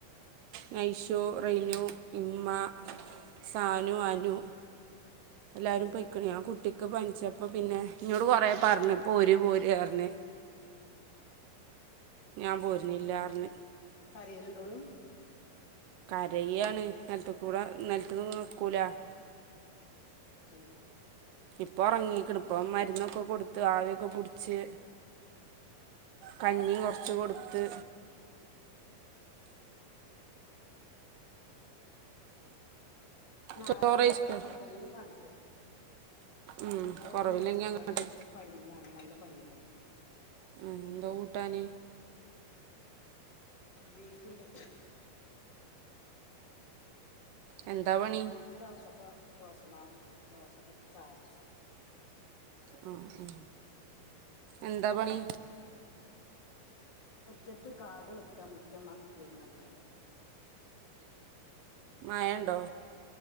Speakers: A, on the right; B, on the left.
A: നൈഷു റെനു ഇമ്മ സാനു അനു എല്ലാരും
B: ഉം
A: പൊക്ക ഞൻട്ട കുട്ടിക്ക് പനിച്ചപ്പ പിന്നെ ഇോട് കൊറ പറഞ്ഞു പോര് പോര് പറഞ്ഞ ഞാൻ പോരുന്നില്ല പിെ
B: കരയ് നണ്ടോളും
A: കരയാണ് നിലത്ത കൂട നിലത്ത നോക്കൂല
B: ആഹ
A: ഇപ്പൊ ഉറങ്ങിക്കണ ഇപ്പ മരുന്നൊക്കെ കൊടുത്ത് ആവിഒക്കെ കുടിച്ച് കഞ്ഞിയും കുറച്ച് കൊടുത്ത്
B: നാളെ
A: ചോറ് കഴിച്ചോ
B: ദീപ ഡോക്ടറെ തന്നെ കാണിച്ചു നോക്കും
A: ഉം
B: ചോറന്ന്
A: കുറവില്ലെങ്കി
B: വെച്ചിട്ടില്ല
A: അങ്ങോട്ട്
B: ഞങ്ങള് പണയിലാണ് നല്ല പണില്ല
A: എന്താ കൂട്ടാന
B: ബീഫ് ഉണ്ട്
A: ആ എന്താ പണി
B: ബീഫ് തിളച്ചപ്പോൾ ദോശ മാവു ഉണ്ടായിരുന്നു ദോശ കൂട്ടി ചായ കുടിച്ചു
A: ആ ഉ എന്താ പണി
B: മുറ്റത്ത് കാട് വറ്റ മുറ്റം ക്ലീൻ ആാക്ക അ
A: മയണ്ടോ?